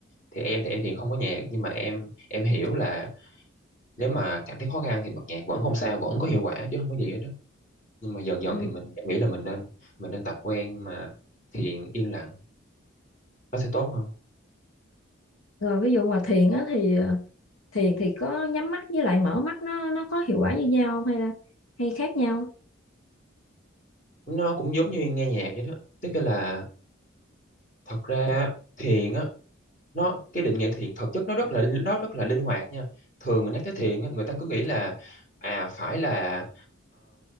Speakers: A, on the left; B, on the left.
A: thì em thì em thiền không có nhạc nhưng mà em em hiểu là nếu mà cảm thấy khó khăn thì bật nhạc vẫn không sao vẫn có hiệu quả chứ không có gì hết đó nhưng mà dần dần
B: Ừ.
A: thì mình em nghĩ là mình nên mình nên tập quen mà thiền yên lặng nó sẽ tốt hơn
B: rồi ví dụ mà thiền á thì ờ, thì thì có nhắm mắt với lại mở mắt nó nó có hiệu quả như nhau không hay là hay khác nhau
A: nó cũng giống như nghe nhạc vậy đó tức là thật ra thiền á nó cái định nghĩa thiện thực chất nó rất là linh- nó rất là linh hoạt nha thường mà nhắc tới thiện á, người ta cứ nghĩ là à phải là